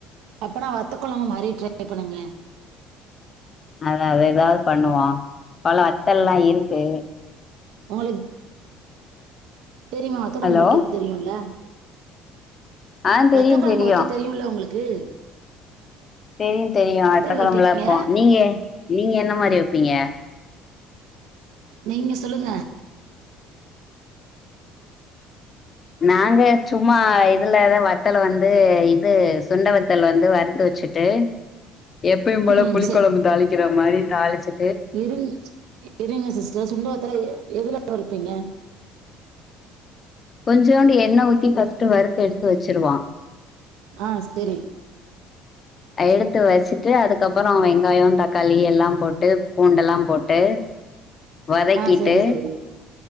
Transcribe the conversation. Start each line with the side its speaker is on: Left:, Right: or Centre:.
Right: அப்பனா வத்தக்கொழம்பு மாரி ட்ரை பண்ணுங்கலே
Left: அத அது எதாவது பண்ணுவோ பல வத்தல்லா இருக்கு
Right: உங்குளுக்கு தெரியுமா வத்தக்கொழம்பு
Left: ஹலோ
Right: வெக்க தெரியும்ல
Left: ஆ தெரியு
Right: வத்த கொழம்பு
Left: தெரியு
Right: வெக்க தெரியும்ல உங்குளுக்கு
Left: தெரியு தெரியோ வத்தகொழம்புலா
Right: வைப்பீங்க
Left: வெப்போ நீங்க நீங்க என்ன மாரி வெப்பீங்க
Right: நீங்க சொல்லுங்க
Left: நாங்க சும்மா இதுலதா வத்தல வந்து இது சுண்ட வத்தல் வந்து வறுத்து வெச்சுட் டு எப்பயு போல
Right: ம்
Left: புளி கொழம்பு தாளிக்கிற மாரி தாளிச்சு
Right: இருங் இருங்க சிஸ்டர் சுண்டவத்தல எதுல வருப்பீங்க
Left: கொஞ்சோண்டு எண்ண ஊத்தி ஃபர்ஸ்ட்டு வறுத்து எடுத்து வெச்சுருவோ
Right: ஆ செரி
Left: எடுத்து வெச்சிட்டு அதுக்கப்புறோ வெங்காயோ தக்காளி எல்லா போட்டு பூண்டெல்லா போட்டு வதக்கிட்டு
Right: ஆ சரி சரி